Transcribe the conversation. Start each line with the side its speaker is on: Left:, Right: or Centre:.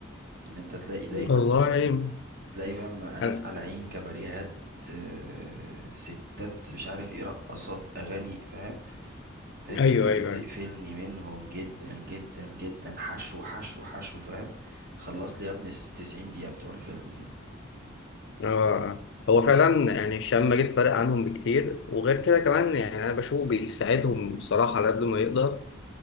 Right: ان انت تلاقي دايما
Left: والله
Right: تلاقي فاهم ناس
Left: أنا...
Right: قالعين كباريهات آه، ستات مش عارف ايه رقصات اغاني فاهم الحته
Left: أيوه
Right: دي اللي
Left: أيوه أيوه
Right: بتقفلني منهم جدا جدا جدا حشو حشو حشو فاهم خلص لي يا ابني الس- 90 دقيقه بتوع الفيلم دول
Left: آه. هو فعلا يعني الشام ماجد فارق عنهم بكتير وغير كده كمان يعني أنا بشوفه بيساعدهم بصراحة على قد ما يقدر